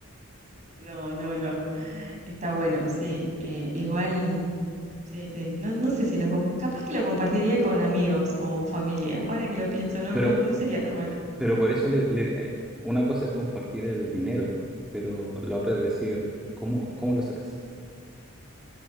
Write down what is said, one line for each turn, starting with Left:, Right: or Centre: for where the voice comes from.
Right: No, no, no. Está bueno, sí. eh, igual, sí, sí. No, no sé si lo... com- Capaz que lo compartiría con amigos o familia. Ahora que lo pienso, no,
Centre: Pero,
Right: no, no sería tan mala
Centre: pero por eso le- le- eh, una cosa es compartir el dinero, pero la otra es decir, ¿cómo, cómo lo sacas?